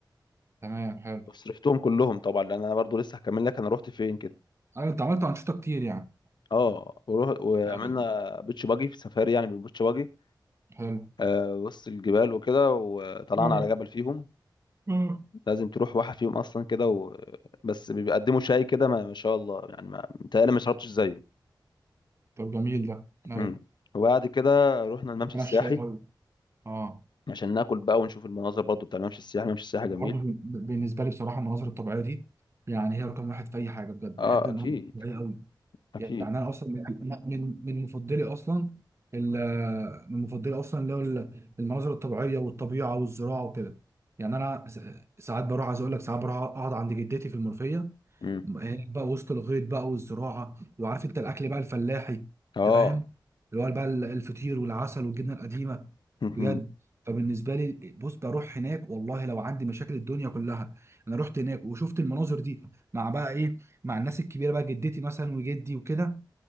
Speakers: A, on the right; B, on the left.
A: تمام حلو
B: وصرفتهم كلهم طبعا لان انا برضو لسه هكمل لك انا رحت فين كده
A: ايوه انت عملت انشطه كتير يعني
B: اه وروح وعملنا
A: ايوه
B: بيتش باجي في سفاري يعني بالبيتش باجي
A: حلو
B: آه وسط الجبال وكده وطلعنا
A: اه
B: على جبل فيهم
A: اه
B: لازم تروح واحد فيهم اصلا كده و... بس بيقدموا شاي كده ما, ما شاء الله يعني ما متهيألي ما شربتش زيه
A: طب جميل ده ايوه
B: مم. وبعد كده رحنا الممشى السياحي
A: انا الشاي أوي. اه
B: عشان ناكل بقى ونشوف المناظر برضو بتاع الممشى السياحي الممشى السياحي
A: برضه
B: جميل
A: بن- بالنسبه لي بصراحه المناظر الطبيعيه دي يعني هي رقم واحد في اي حاجه بجد
B: اه
A: بحب المناظر
B: اكيد
A: الطبيعيه قوي
B: اكيد
A: يعني انا اصلا من من من مفضلي اصلا ال- من مفضلي اصلا اللي هو ال- المناظر الطبيعيه والطبيعه والزراعه وكده يعني انا س- ساعات بروح عايز اقول لك ساعات بروح اقعد عند جدتي في المنوفيه
B: امم
A: هناك بقى وسط الغيط بقى والزراعه وعارف انت الاكل بقى الفلاحي انت
B: اه
A: فاهم اللي هو بقى ال- الفطير والعسل والجبنه القديمه
B: مهم.
A: بجد فبالنسبه لي بص بروح هناك والله لو عندي مشاكل الدنيا كلها انا رحت هناك وشفت المناظر دي مع بقى ايه مع الناس الكبيره بقى جدتي مثلا وجدي وكده